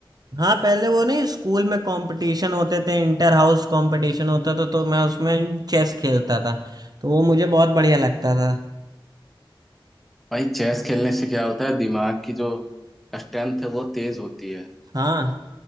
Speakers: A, on the right (about 45°); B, in the centre.
A: हाँ पहले वो नहीं स्कूल में कंपटीशन होते थे इंटर हाउस कंपटीशन होता था तो मैं उसमें चेस खेलता था तो वो मुझे बहुत बढ़िया लगता था
B: भाई चेस खेलने से क्या होता है दिमाग की जो स्ट्रेंथ है वो तेज होती है
A: हाँ